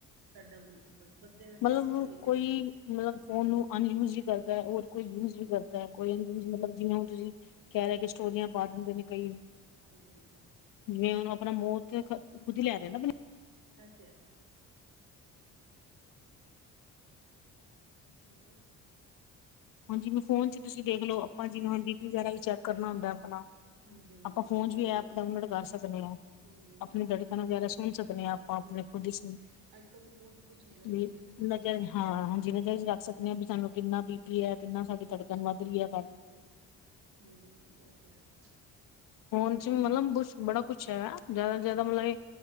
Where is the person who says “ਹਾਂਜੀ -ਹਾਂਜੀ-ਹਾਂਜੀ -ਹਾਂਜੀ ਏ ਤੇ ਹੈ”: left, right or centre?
Right